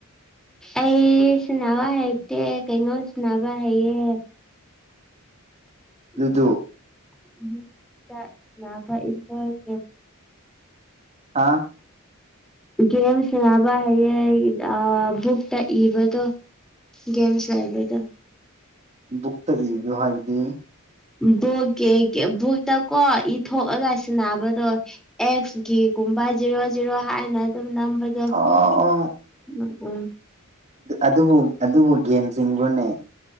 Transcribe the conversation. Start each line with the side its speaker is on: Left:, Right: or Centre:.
Centre: ꯑꯩ ꯁꯅꯕ ꯍꯩꯇꯦ ꯀꯩꯅꯣ ꯁꯅꯕ ꯍꯩꯌꯦ ꯎꯝ
Right: ꯑꯗꯨꯗꯨ
Centre: ꯑ ꯏꯣ
Right: ꯍꯥ
Centre: ꯒꯦꯝ ꯁ ꯅꯕ ꯍꯌꯦꯡ ꯕꯨꯛꯇ ꯏꯕꯗꯣ ꯒꯦꯝꯁ ꯂꯩꯕꯗ
Right: ꯕꯨꯛꯇ ꯏꯕꯗꯣ ꯍꯥꯏꯕꯗꯤ
Centre: ꯚꯣꯛꯀꯤꯦ ꯕꯣꯛꯛꯇ ꯀꯣ ꯏ ꯊꯣꯛꯣꯛꯂꯒ ꯁꯤꯟꯅꯕꯗꯣ ꯑꯦꯛꯁꯀꯤꯒꯨꯝꯕ ꯖꯦꯔꯣ ꯖꯦꯔꯣ ꯍꯥꯏꯅ ꯑꯗꯨꯝꯝꯕ
Right: ꯑꯣ ꯑꯣ
Centre: ꯎꯝ ꯎꯝ
Right: ꯑꯗꯨꯕꯨ ꯑꯗꯨꯕꯨ ꯒꯦꯝꯁꯤꯡꯕꯨꯅꯦ